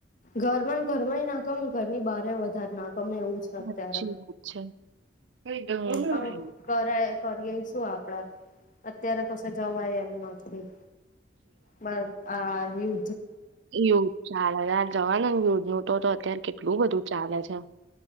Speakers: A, on the left; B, on the right.
A: ઘરમાં ને ઘરમાંય નાખો અને ઘરની બહારય વધારે નાખ ગમે એવું છે
B: સાચી
A: અત્યારે
B: વાત છે કઈ ડગલું
A: પણ કરે કરીએ શું આપડે અત્યારે કશે જવાય એમ નથી બસ આ યુ
B: યુધ ચાલે જવા યુદ્ધ નું તો તો અત્યારે કેટલું બધું ચાલે છે